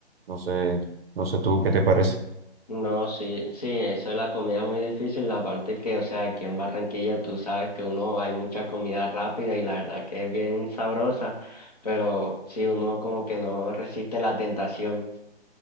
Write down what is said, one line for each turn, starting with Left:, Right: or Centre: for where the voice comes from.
Right: No sé, no sé tú qué te parece.
Left: No, sí, sí, eso de la comida es muy difícil, la parte que, o sea, aquí en Barranquilla tú sabes que uno hay mucha comida rápida y la verdad que es bien sabrosa, pero sí, uno como que no resiste la tentación.